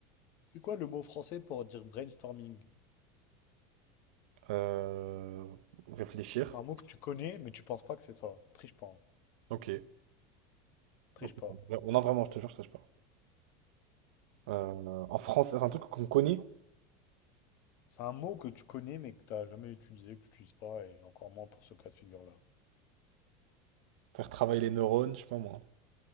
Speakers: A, on the left; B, on the right.
A: C'est quoi le mot français pour dire brainstorming?
B: Euh, Réfléchir.
A: C'est un mot que tu connais, mais tu penses pas que c'est ça. Triche pas. hein.
B: Ok.
A: Triche
B: Ok.
A: pas.
B: On a vraiment, je te jure, je sache pas. Euh, en France, c'est un truc qu'on connaît.
A: C'est un mot que tu connais, mais que t'as jamais utilisé, que tu utilises pas, et encore moins pour ce cas de figure-là.
B: Faire travailler les neurones, je sais pas moi.